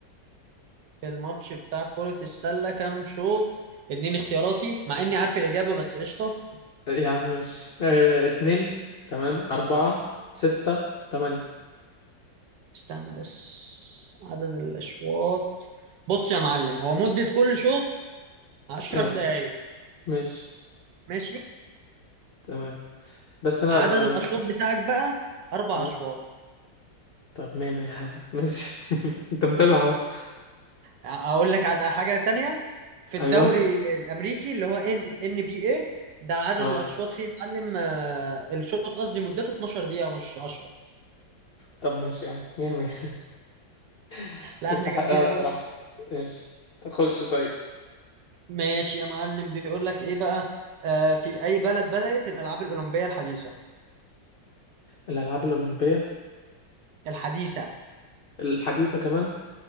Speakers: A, on the right; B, on the left.
A: في الماتش بتاع كرة السلة كام شوط اتنين اختياراتي مع اني عارف الاجابة بس قشطة
B: يا عم ماشي اه اتنين تمام أربعة ستة تمانية
A: استنى بس عدد الاشواط بص يا معلم هو مدة كل شوط 10
B: اه
A: دقايق
B: ماشي
A: ماشي
B: تمام بس أنا
A: عدد
B: أنا
A: الاشواط بتاعك بقى اربع
B: اه
A: اشواط
B: طب مية مية يا عم ماشي <laughs> أنت متابع أهو
A: ع- اقول لك على حاجه تانية في الدوري
B: أيوه
A: الامريكي اللي هو ان ان بي اي ده عدد
B: اه
A: الاشواط فيه يا معلم آه، الشوط قصدي مدته 12 دقيقه مش 10
B: طب ماشي يا عم مية مية <laughs>
A: لا
B: تستحقها
A: احنا جامدين
B: الصراحة
A: قوي
B: ماشي تخش طيب
A: ماشي يا معلم بيقول لك ايه بقى آه في اي بلد بدات الالعاب الاولمبيه الحديثه
B: الألعاب الأولمبية
A: الحديثه
B: الحديثة كمان